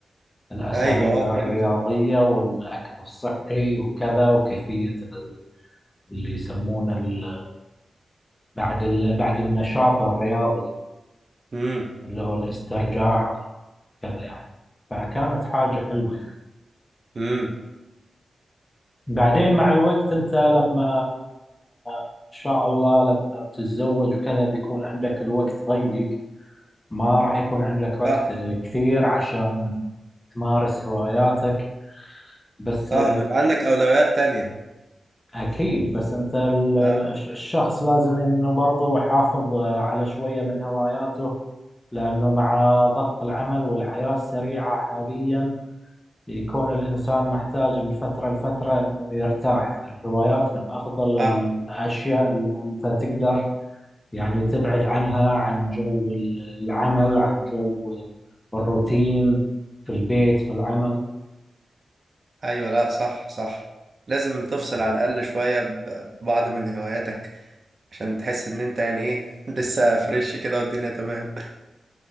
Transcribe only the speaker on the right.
ايوه اه
فهمت
امم
امم
صح
صح بيبقى عندك أولويات تانية
اه
صح
ايوه لا صح صح لازم تفصل على الاقل شويه ب- ببعض من هواياتك عشان تحس ان انت يعني ايه <laughs> لسه فريش كده والدنيا تمام